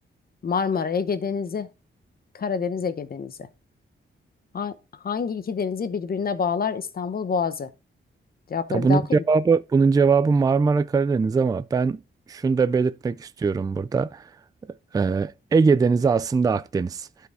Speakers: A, on the left; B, on the right.
A: Marmara Ege Denizi, Karadeniz, Ege Denizi. Ha- hangi iki denizi birbirine bağlar İstanbul Boğazı? Cevapları
B: Ya
A: bir
B: bunun
A: daha okuyayım.
B: cevabı
A: mı?
B: bunun cevabı Marmara Karadeniz ama ben şunu da belirtmek istiyorum burada. Ee, Ege Denizi aslında Akdeniz.